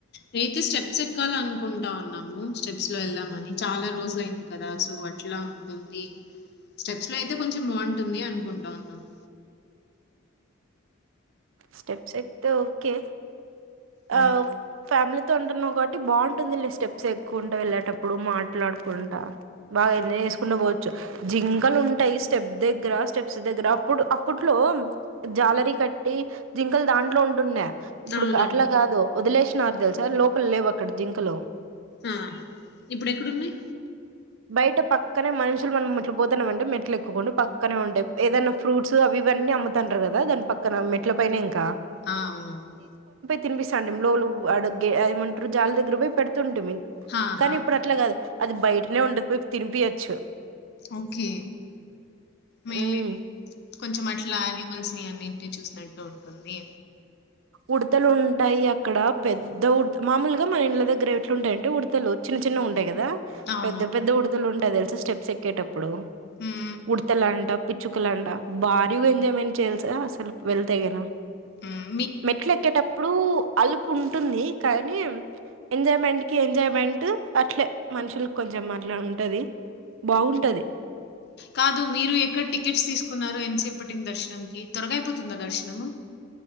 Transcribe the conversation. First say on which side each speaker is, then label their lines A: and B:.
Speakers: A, on the left; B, on the right.
A: నేయితే స్టెప్స్ ఎక్కాల అనుకుంటా ఉన్నాము స్టెప్స్ లో వెళ్ళామని చాలా రోజులు అయింది కదా సో అట్లా ఉంటుంది స్టెప్స్ లో అయితే కొంచెం బాగుంటుంది అనుకుంటా ఉన్నాము
B: స్టెప్స్ ఎక్తే ఓ కే
A: హ్మ్.
B: అ ఫ్యామిలీ తో ఉంటున్నావు కాట్టి బాగుంటుంది లే స్టెప్స్ ఎక్కువ ఉంటా వెళ్ళేటప్పుడు మాట్లాడుకుంటా బాగా ఎంజాయ్ చేసుకుంటడా పోవచ్చు జింకలు ఉంటాయి స్టెప్ దగ్గర స్టెప్స్ దగ్గర అప్పుడు అప్పట్లో జాలరీ కట్టి జింకలు దాంట్లో ఉంటున్నాయి ఇప్పుడు
A: అవునవును.
B: అట్లా కాదు వదిలేశ నారు తెల్సా లోపల లేవు అక్కడ జింకలో
A: ఆ ఇప్పుడ ఎక్కడున్నయి
B: బయట పక్కనే మనుషులు మనం మెట్లు పోతున్నాంమంటే మెట్లు ఎక్కుండా పక్కనే ఉంటాయి ఏదైనా ఫ్రూట్స్ అవి ఇవన్నీ అమ్ము తుంటారు కదా దాని పక్కన మెట్ల పనే ఇంకా
A: ఆ అవునవును
B: తినిపిస్తంటది లోలు అడ ఏమంటారు జాలి దగ్గర పోయి పెడు తుంటే మీ
A: హా!
B: కానీ
A: హా!
B: ఇప్పుడు అట్లా కాదు అది బయటనే ఉండదు పోయి తినిపియచ్చు
A: ఓకే మేమీ
B: ఉమ్
A: కొంచెం అట్లా అనిమల్స్ ని అన్నింటి చూసినట్టు ఉంటుంది
B: ఉడతలు ఉంటాయి అక్కడ పెద్ద ఉ మామూలుగా మన ఇండ్ళ దగ్గర ఎట్లు ఉంటాయంటే ఉడతలు చిన్న చిన్న ఉంట ంటయి కదా
A: అవునవును.
B: పెద్ద పెద్ద ఉడతలు ఉంటాయి తెలు స్టెప్స్ ఎక్కేటపు ప్పుడు
A: హ్మ్.
B: ఉడతలాంట పిచ్చుకలంట భాడి ఏంది ఏమైనా చేల్సా అసలు వెళ్తేగనా
A: ఉం
B: మెట్లు ఎక్కేటప్పుడు అలు ఉంటుంది కానీ ఎంజాయ్మెంట్ కి ఎంజాయ్మెంట్ అట్లే మనుషుల కొంచెం అట్లా ఉంటది బాగుంటది
A: కాదు మీరు ఎక్కడ టికెట్స్ తీసుకున్నారో ఎంతసేపట్టింది దర్శనంకి త్వరగాయిపోతుందా దర్శనము